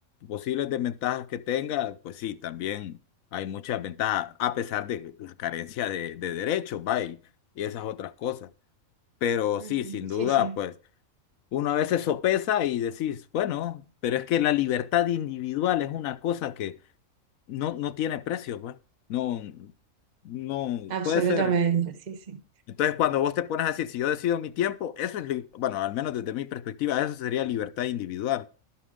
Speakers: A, on the left (about 75°); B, on the right (about 35°).
A: posibles desventajas que tenga, pues sí, también hay muchas ventajas, a pesar de la carencia de, de derechos, vaya, y esas otras cosas. Pero
B: Ujú.
A: sí, sin
B: Sí,
A: duda,
B: sí,
A: pues... Uno a veces sopesa y decís, bueno, pero es que la libertad individual es una cosa que no, no tiene precio, pues. No, no
B: absolutamente,
A: puede ser.
B: sí, sí.
A: Entonces, cuando vos te pones a decir, si yo decido mi tiempo, eso es, li- bueno, al menos desde mi perspectiva, eso sería libertad individual